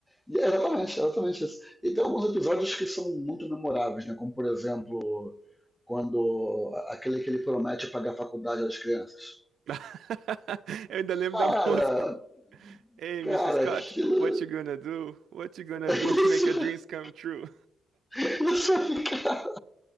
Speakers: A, in the centre; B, on the right.
A: E é exatamente, é exatamente isso. E tem alguns episódios que são muito memoráveis, né? Como por exemplo, quando aquele que ele promete pagar a faculdade das crianças.
B: <laughs> Eu ainda lembro
A: Cara,
B: da música. Hey,
A: cara,
B: Mrs. Scott,
A: aquilo.
B: what you gonna do? What you gonna
A: <laughs>
B: do? <laughs> Make your dreams come true.
A: Isso, isso é ficar